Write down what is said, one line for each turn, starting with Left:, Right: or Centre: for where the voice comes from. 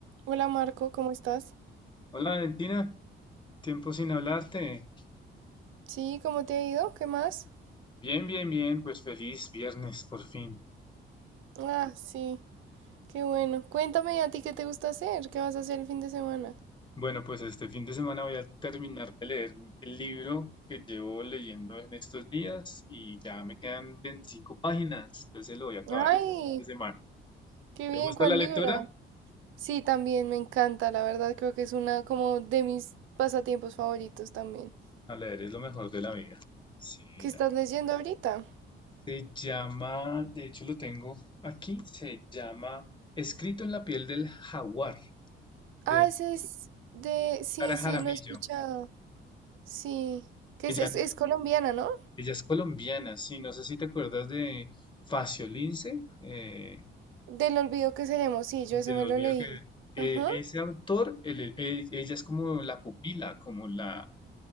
Right: Hola Marco, ¿cómo estás?
Left: Hola Valentina, tiempo sin hablarte.
Right: Sí, ¿cómo te ha ido? ¿Qué más?
Left: Bien, bien, bien, pues feliz viernes por fin.
Right: Ah, sí, qué bueno. Cuéntame a ti qué te gusta hacer, qué vas a hacer el fin de semana.
Left: Bueno, pues este fin de semana voy a terminar de leer el libro que llevo leyendo en estos días y ya me quedan 25 páginas, entonces lo voy a acabar
Right: Ay,
Left: este fin de semana.
Right: qué
Left: ¿Te
Right: bien,
Left: gusta
Right: ¿cuál
Left: la lectura?
Right: libro? Sí, también me encanta, la verdad creo que es una como de mis pasatiempos favoritos también.
Left: A leer es lo mejor de la vida. Sí,
Right: ¿Qué
Left: no.
Right: estás leyendo ahorita?
Left: Se llama, de hecho lo tengo aquí, se llama Escrito en la piel del jaguar
Right: Ah,
Left: de
Right: ese es de... Sí,
Left: Sara Jaramillo.
Right: sí, lo he escuchado. Sí, que
Left: Ella
Right: es, es, es colombiana, ¿no?
Left: Ella es colombiana, sí, no sé si te acuerdas de Facio Lince, eh,
Right: Del olvido que seremos, sí, yo
Left: el
Right: ese
Left: del
Right: me
Left: olvido
Right: lo leí.
Left: que eh,
Right: Ajá.
Left: ese autor, el- el- ella es como la pupila, como la